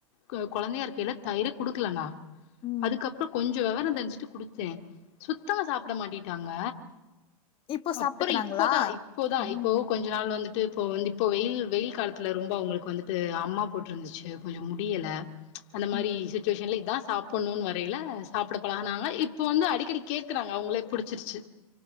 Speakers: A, on the left; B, on the left.
A: க கொழந்தையா இருக்கையில தயிர குடுக்கல நா
B: ம்
A: அதுக்கப்றோ கொஞ்சோ வெவரோ தெரிஞ்சிட்டு குடுத்த சுத்தமா சாப்ட மாட்டின்டாங்க
B: இப்போ சாப்ட்டுக்கறாங்களா
A: அப்புறோ இப்ப தா இப்ப தா
B: ம்
A: இப்போ கொஞ்ச நாள் வந்துட்டு இப்போ வந்து இப்போ வெயில் வெயில் காலத்துல உங்களுக்கு வந்துட்டு அம்மா போட்ருந்துச்சு கொஞ்சோ முடியல அந்த மாரி
B: ம்
A: சிச்சுவேஷன்ல இதா சாப் ப்புட்ணு வரையில சாப்ட பழகனாங்க இப்ப வந்து அடிக்கடி கேக்குறாங்க அவங்களே புடிச்சிருச்சி